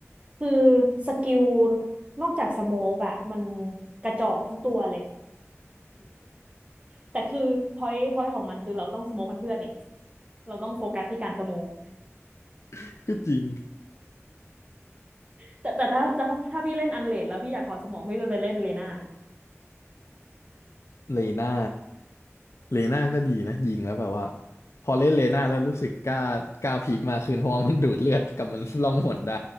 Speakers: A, on the right; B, on the left.
A: คือสกิลนอกจากสโมกอะมันกระจอกทุกตัวเลยแต่คือพอยต์พอยต์ของมันคือเราต้องสโมกให้เพื่อนเนี่ยเราต้องโฟกัสที่การสโมก
B: <laughs> ก็จริง
A: แต่แต่ถ้าถ้าถ้าพี่เล่นอันเลนแล้วพี่อยากถอดสมองพี่จะไปเล่นเลน่านะ
B: เลน่าเลน่าก็ดีนะยิงแล้วแบบว่าพอเล่นเลน่าแล้วรู้สึกกล้ากล้าพีคมากขึ้นเพราะว่ามันดูดเลือดกับมันล่องหนได้